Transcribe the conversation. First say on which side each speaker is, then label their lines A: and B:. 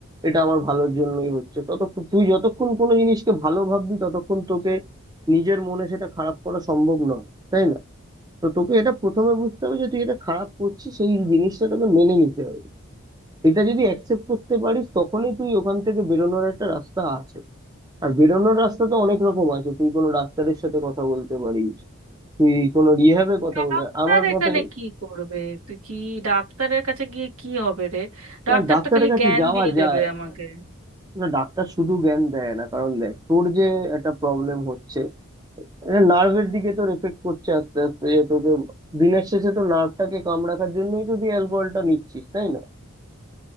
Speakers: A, on the right; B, on the right.
A: এটা আমার ভালোর জন্যই হচ্ছে ততক্ষণ তুই যতক্ষণ কোনো জিনিসকে ভালো ভাববি ততক্ষণ তোকে নিজের মনে সেটা খারাপ করা সম্ভব নয় তাই না তো তোকে এটা প্রথমে বুঝতে হবে যে তুই এটা খারাপ করছিস সেই জিনিসটা তোকে মেনে নিতে হবে এটা যদি অ্যাকসেপ্ট করতে পারিস তখনই তুই ওখান থেকে বেরোনোর একটা রাস্তা আছে আর বেরোনোর রাস্তা তো অনেক রকম আছে তুই কোনো ডাক্তারের সাথে কথা বলতে পারিস তুই কোনো রিহ্যাবে কথা
B: ডাক্তার
A: বলতে আমার
B: এখানে
A: মতে
B: কি করবে তুই কি ডাক্তারের কাছে গিয়ে কি হবে রে ডাক্তার
A: না ডাক্তারের
B: তো খালি
A: কাছে
B: জ্ঞান
A: যাওয়া
B: দিয়ে
A: যায়
B: দেবে আমাকে
A: না ডাক্তার শুধু জ্ঞান দেয় না কারণ দেখ তোর যে একটা প্রবলেম হচ্ছে এটা নার্ভের দিকে তোর এফেক্ট করছে আস্তে আস্তে যে তোকে দিনের শেষে তো নার্ভটাকে কামড় রাখার জন্যই তো তুই অ্যালকোহলটা নিচ্ছিস তাই না